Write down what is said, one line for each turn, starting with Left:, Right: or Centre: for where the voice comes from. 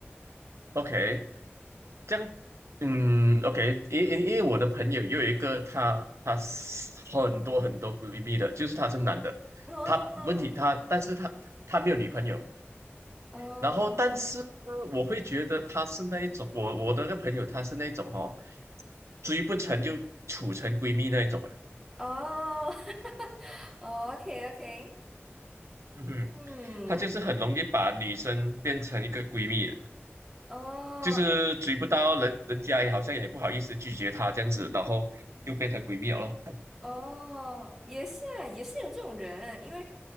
Right: ，OK。这样，嗯，OK，因因因为我的朋友也有一个她，她是很多很多闺蜜的，就是她是男的，
Centre: 哦
Right: 她问题她，但是她她没有女朋友，
Centre: 哦
Right: 然后但是
Centre: <laughs>
Right: 我会觉得她是那一种，我我的那个朋友她是那种哦，追不成就处成闺蜜那一种啊，
Centre: 哦哦，OK OK，
Right: 嗯哼，
Centre: <laughs> 嗯，
Right: 她就是很容易把女生变成一个闺蜜，
Centre: 哦诶
Right: 就是追不到人，人家也好像也不好意思拒绝她这样子，然后就变成闺蜜了咯，
Centre: 哦，也是啊，也是有这种人，因为